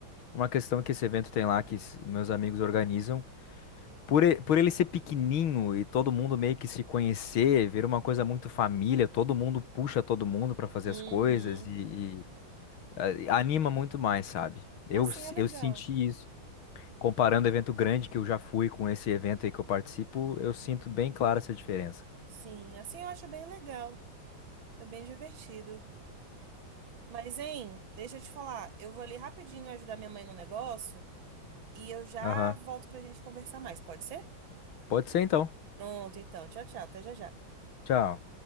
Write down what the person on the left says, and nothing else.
uma questão que esse evento tem lá, que s- meus amigos organizam. Por, e- por ele ser pequenininho e todo mundo meio que se conhecer, vira uma coisa muito família, todo mundo puxa todo mundo pra fazer
as coisas e, e, ah, e anima muito mais, sabe? Eu,
s-
eu senti isso. Comparando evento grande que eu já fui com esse evento aí que eu participo, eu sinto bem clara essa diferença.
Aham.
Pode ser então.
Tchau.